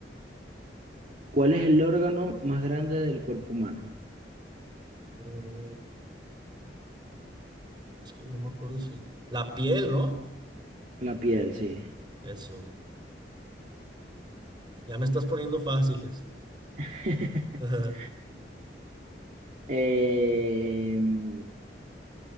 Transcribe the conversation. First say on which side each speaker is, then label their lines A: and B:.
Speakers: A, on the right (about 45°); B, on the right (about 25°).
A: ¿Cuál es el órgano más grande del cuerpo humano?
B: Mm, Es que no me acuerdo si. La piel, ¿no?
A: La piel, sí.
B: Eso. Ya me estás poniendo fáciles.
A: <laughs>
B: <laughs>
A: Em,